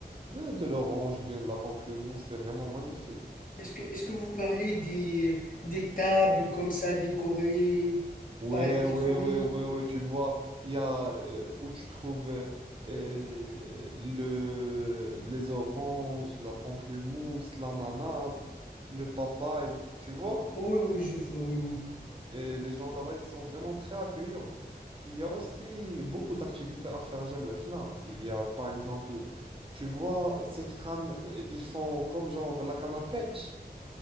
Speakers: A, on the right; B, on the left.
A: de de l'orange ou bien de la pamplemousse. C'est vraiment magnifique.
B: Est-ce que, est-ce que vous parlez des, des tables comme ça décorées
A: Ouais,
B: par des
A: ouais,
B: fruits?
A: ouais, ouais, ouais. Tu vois, il y a euh, où tu trouves euh, euh, le, les oranges, la pamplemousse, l'ananas, le papaye. Tu vois?
B: Oui, oui, je vois, oui, oui.
A: Et les gens là-bas, ils sont vraiment très accueillants. Il y a aussi beaucoup d'activités à faire à Jemaa el Fna. Il y a, par exemple, tu vois, cette canne, euh, ils font comme genre la canne à pêche.